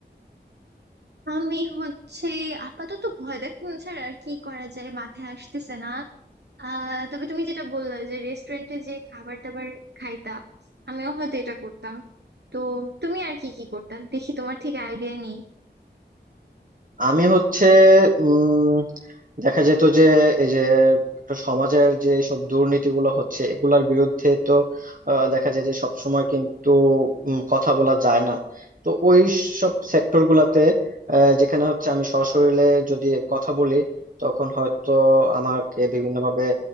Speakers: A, on the right; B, on the right.
A: আমি হচ্ছে আপাতত ভয় দেখানো ছাড়া আর কি করা যায় মাথায় আসতেছে না আহ তবে তুমি যেটা বললে যে রেস্টুরেন্টে যে খাবার দাবার খাইতা আমিও হয়তো এটা করতাম তো তুমি আর কি কি করতাম দেখি তোমার থেকে আইডিয়া নেই
B: আমি হচ্ছে উম দেখা যেত যে এই যে একটা সমাজের যে সব দুর্নীতিগুলো হচ্ছে এগুলার বিরুদ্ধে তো আহ, দেখা যায় যে সব সময় কিন্তু উম, কথা বলা যায় না তো ওই সব সেক্টর গুলাতে আহ, যেখানে হচ্ছে আমি সশরীরে যদি কথা বলি তখন হয়তো আমাকে বিভিন্নভাবে